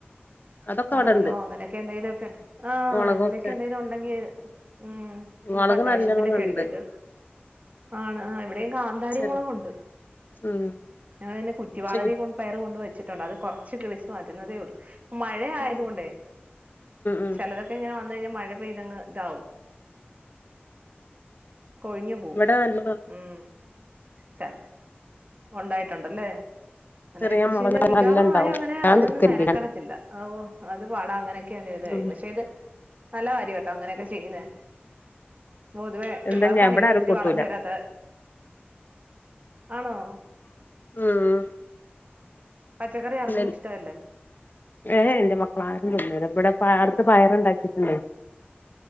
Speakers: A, on the left (about 50°); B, on the right (about 35°).
A: അതൊക്കെ
B: പടവലോ
A: ഇവിടെണ്ട്
B: അങ്ങനെയൊക്കെ എന്തേലുമൊക്കെ ആഹ്
A: മുളകൊക്കെ
B: അങ്ങനെയൊക്കെ എന്തെങ്കിലും ഉണ്ടെങ്കിൽ ഉ നമുക്ക്
A: മുളക്
B: അത്യാവശ്യത്തിനൊക്കെ
A: നല്ലോണം ഉണ്ട്
B: എടുക്ക ഇത് ആണ് കാന്താരിമുളക്
A: ശരി
B: ഉണ്ട്
A: ഉം
B: ഞങ്ങെ അതിനു കുറ്റിവാളരെർ
A: ശരി
B: പയർകൊണ്ട വയ ച്ചിട്ടുണ്ട് അത് കുറച്ച് വെച്ചു വരുന്നതേയുള്ളു മഴയായത്
A: ഉം
B: കൊണ്ട്
A: ഉം
B: ചിലതൊക്കെ ഇങ്ങനെ വന്ന് കഴിഞ്ഞ മഴ പെയ്തങ്ങ് ഇതാവും കൊഴിഞ്ഞു പോം
A: ഇവിടെ നല്ല
B: ഉം ചാ ഉണ്ടായിട്ടുണ്ടല്ലേ? അങ്ങൊക്കെ
A: ചെറിയ
B: കൃഷി
A: മുളക്
B: ചെയ്യാൻ മിക്കവാറും
A: നല്ല ഇണ്ടാവും
B: ആരും അങ്ങനെ
A: ഞാൻ
B: അതിനൊന്നും
A: നിക്കല്ലേ
B: മേനക്കടത്തില്ല ആ ഓഹ് അത് പാടാ അങ്ങനെ <unintelligible> കഴിയും
A: ഉം
B: പക്ഷേത് നല്ല കാര്യട്ടോ അങ്ങനെയൊക്കെ ചെയ്യുന്നേ പൊതുവേ പിള്ളേർക്കാണെങ്കി
A: എന്താ ഞാൻ ഇവിടെ ആരും
B: ഒത്തിരി
A: കൊട്ടൂല
B: വളം ചേരാത്ത ആണോ? ഓ
A: മ്മ്
B: പച്ചക്കറി ആർക്കും
A: ഇല്ലൽ
B: ഇഷ്ടമല്ലേ
A: ഏ എ ഇന്റെമക്കളാരും തിന്നൂല ഇബടെപ്പാർ ത്ത് പയറ്ണ്ടാക്കിട്ട്ണ്ട്